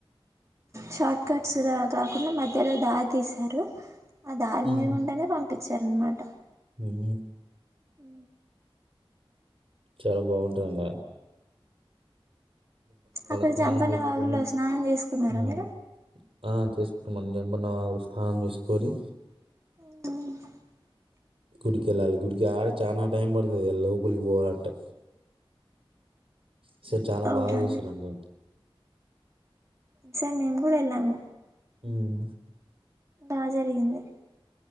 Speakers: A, on the right; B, on the right.
A: షార్ట్కట్స్ కాకుండా మధ్యలో దారి తీసారు ఆ దారి
B: హ్మ్.
A: మీది గుంటనే పంపించారన్మాట
B: హ్మ్.
A: ఉ
B: చాలా బాగుంటది అండి
A: అక్కడ
B: స్నానం
A: జంపన్న
B: చేసుకొని
A: వాగుల్లో స్నానం చేసుకున్నారా
B: ఆ!
A: మీరు
B: ఆ చేసుకుంటామడి జంపన్న వాగు లొ స్నానం చేసుకొని
A: ఉ
B: గుడికెళ్ళాలి. గుడికి ఆడ చానా టైం పడ్తది ఇగ లోపలికి పోవాలంటే ఈ సారి చాలా
A: అవునండి
B: బాగా చేశిరండి
A: ఈసారి మేం కూడా ఎల్లాము
B: ఉం
A: బాగ జరిగింది